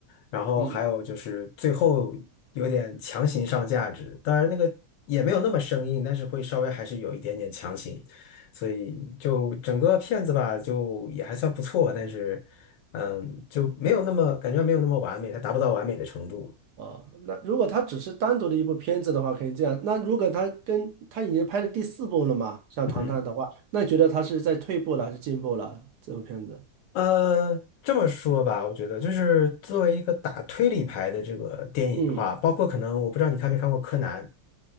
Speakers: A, on the left (about 80°); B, on the right (about 70°).
A: 然后还有就是最后有点强行上价值，
B: 嗯。
A: 当然那个也没有那么生硬，但是会稍微还是有一点点强行，所以就整个片子吧，就也还算不错，但是嗯，就没有那么感觉没有那么完美，它达不到完美的程度，
B: 哦，那如果他只是单独的一部片子的话，可以这样。那如果他跟他已经拍了第四部了嘛，像《唐探》的话，
A: 嗯。
B: 那你觉得他是在退步了还是进步了？这部片子，
A: 呃，这么说吧，我觉得就是作为一个打推理牌的这个电影的话，
B: 嗯
A: 包括可能我不知道你看没看过柯南